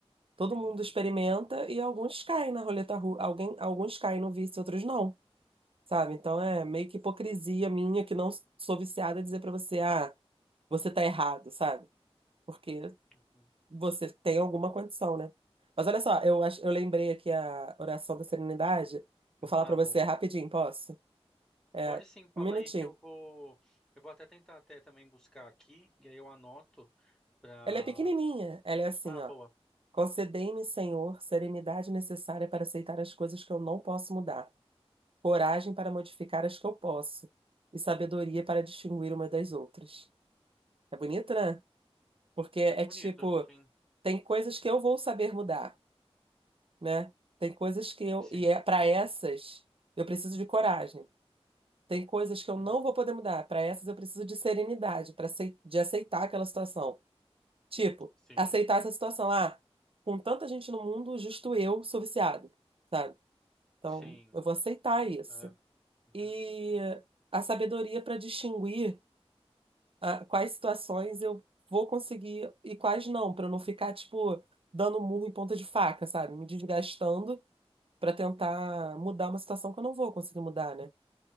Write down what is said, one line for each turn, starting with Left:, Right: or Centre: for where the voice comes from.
Right: Todo
Centre: Sim.
Right: mundo experimenta e alguns caem na roleta russa, alguém, alguns caem no vício, outros não, sabe? Então é meio que hipocrisia minha que não sou viciada dizer pra você, ah, você tá errado, sabe? Porque
Centre: Uhum.
Right: você tem alguma condição, né? Mas olha só, eu, acho- eu lembrei aqui a oração da Serenidade. Vou falar
Centre: Ah,
Right: pra você
Centre: boa.
Right: rapidinho, posso? É,
Centre: Pode sim, fala
Right: um minutinho.
Centre: aí que eu vou, eu vou até tentar até também buscar aqui e aí eu anoto pra.
Right: Ela é pequenininha. Ela é assim,
Centre: Ah,
Right: ó.
Centre: boa.
Right: Concedei-me, Senhor, serenidade necessária para aceitar as coisas que eu não posso mudar, coragem para modificar as que eu posso e sabedoria para distinguir uma das outras. É bonito, né? Porque é
Centre: Muito bonito.
Right: tipo,
Centre: Sim,
Right: tem coisas que eu vou saber mudar, né? Tem coisas que eu
Centre: sim.
Right: e é para essas eu preciso de coragem. Tem coisas que eu
Centre: Uhum.
Right: não vou poder mudar. Para essas eu preciso de serenidade, para de aceitar aquela situação. Tipo,
Centre: Sim,
Right: aceitar essa situação. Ah, com tanta gente no mundo, justo eu sou viciado, sabe? Então,
Centre: sim.
Right: eu vou aceitar isso.
Centre: É. Uhum.
Right: E a sabedoria para distinguir ah, quais situações eu vou conseguir e quais não, para eu não ficar, tipo, dando murro em ponta de faca, sabe? Me desgastando para tentar mudar uma situação que eu não vou conseguir mudar, né?